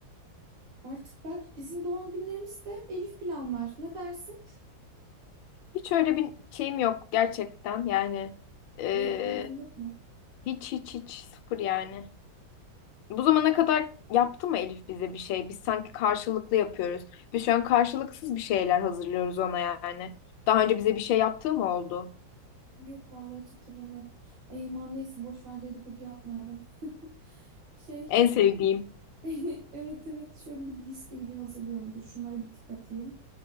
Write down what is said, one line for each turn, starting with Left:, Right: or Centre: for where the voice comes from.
Right: Artık belki bizim doğum günlerimiz de Elif planlar. Ne dersin?
Left: Hiç öyle bir şeyim yok gerçekten. Yani eee,
Right: Beklentin yok mu?
Left: hiç hiç hiç sıfır yani. Bu zamana kadar yaptı mı Elif bize bir şey? Biz sanki karşılıklı yapıyoruz. Biz şu an karşılıksız bir şeyler hazırlıyoruz ona yani. Daha önce bize bir şey yaptığı mı oldu?
Right: Yok vallahi hiç hatırlamıyorum. Ay aman neyse boş ver dedikodu yapmayalım. Şey,
Left: En sevdiğim.
Right: <laughs> evet evet şöyle bir listeyi bir hazırlıyorum. Dur şunlara bir tık atayım.